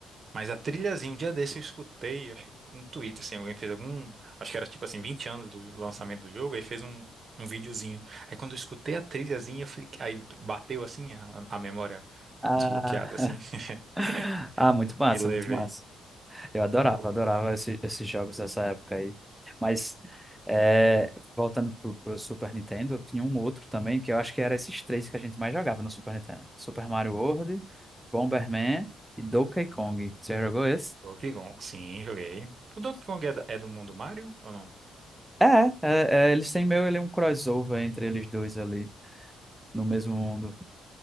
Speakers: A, on the right; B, in the centre.
A: Mas a trilhazinha, um dia desse eu escutei, acho que no Twitter, assim, alguém fez algum, acho que era tipo assim, 20 anos do lançamento do jogo, aí fez um, um videozinho. Aí quando eu escutei a trilhazinha, eu falei, que- aí bateu assim a, a memória
B: Ah,
A: desbloqueada, assim, <laughs>
B: <laughs> ah, muito massa,
A: me levei.
B: muito massa. Eu adorava,
A: Pô,
B: adorava esse- esses jogos dessa época aí. Mas, é, voltando pro, pro Super Nintendo, tinha um outro também, que eu acho que era esses três que a gente mais jogava no Super Nintendo. Super Mario World, Bomberman e Donkey Kong. Você já jogou esse?
A: Donkey Kong, sim, joguei. O Donkey Kong é, da- é do mundo Mario ou não?
B: É, é, é, eles têm meio ele um crossover entre eles dois ali, no mesmo mundo.